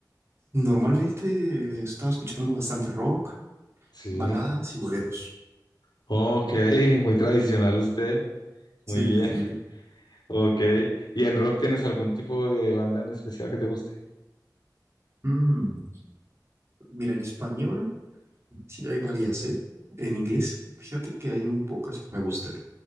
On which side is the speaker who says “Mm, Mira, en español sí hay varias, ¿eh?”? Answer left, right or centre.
Right